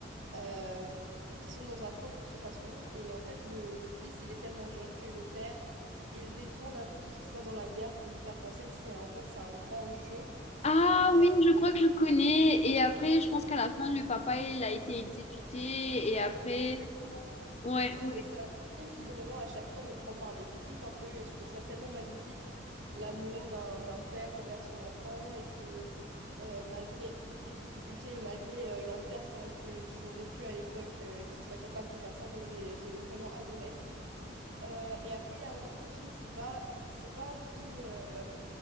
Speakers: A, on the right (about 80°); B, on the left (about 35°).
A: euh, qui sont dans un camp de concentration. Et en fait, le, le fils, il est tellement jeune que le père, il détourne un peu tout ce qui se passe dans la guerre pour lui faire penser que c'est un- en fait, c'est un grand jeu.
B: Ah
A: Euh,
B: oui, je crois que je connais. Et après, je pense qu'à la fin, le papa, il a été exécuté. Et après,
A: exactement.
B: Ouais,
A: Exactement,
B: ouais.
A: mais c'est un film qui vraiment à chaque fois me prend par les tripes un peu et je trouve ça tellement magnifique, l'amour d'un d'un père envers son enfant et que euh, malgré toutes les difficultés et malgré euh, l'enfer quand même que, qu'ils ont vécu à l'époque, euh, qu'ils soient capables de faire ça. Donc j'ai, j'ai vraiment adoré. Euh, et après, il y a un autre film, c'est pas, c'est pas un film euh,